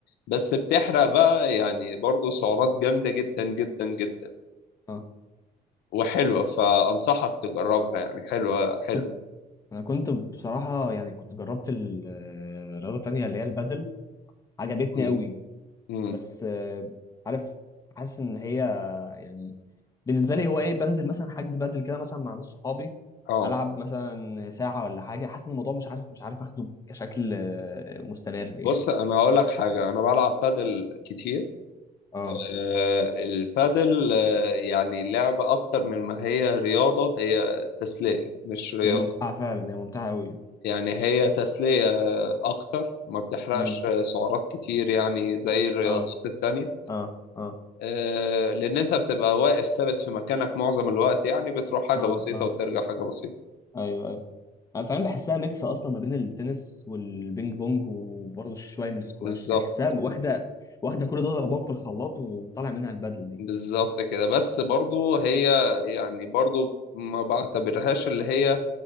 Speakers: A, on the left; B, on the left.
A: بس بتحرق بقى يعني برضو سعرات جامدة جدا جدا جدا
B: اه
A: وحلوة فأنصحك تجربها يعني حلوة حلوة
B: كنت انا كنت بصراحه يعني كنت جربت ال- آه، رياضه تانية اللي هي البادل عجبتني
A: امم
B: قوي
A: امم
B: بس آه، عارف حاسس ان هي يعني بالنسبه لي هو ايه بنزل مثلا حجز بادل كده مثلا مع ناس صحابي
A: اه
B: العب مثلا ساعه ولا حاجه حاسس ان الموضوع مش عارف مش عارف اخده كشكل آه، مستمر يعني
A: بص انا هقول لك حاجه انا بلعب بادل كتير
B: اه
A: آه، البادل آه، يعني لعبه اكتر من ما هي رياضه هي تسليه مش رياضه
B: هي ممتعه فعلا هي ممتعه قوي
A: يعني هي تسليه آه، اكتر ما بتحرقش
B: امم
A: آه، سعرات كتير يعني زي الرياضات
B: اه
A: التانية
B: اه اه
A: آه، لان انت بتبقى واقف ثابت في مكانك معظم الوقت يعني بتروح حاجه
B: اه
A: بسيطه
B: اه
A: وترجع حاجه بسيطه
B: ايوه ايوه انا فاهم بحسها ميكس اصلا ما بين التنس والبينج بونج وبرضه شويه من السكواش
A: بالظبط
B: كان حسها واخده واخده كل دول ضربان في الخلاط وطالع منها البدل دي
A: بالظبط كده بس برضو هي يعني برضو ما بعتبرهاش اللي هي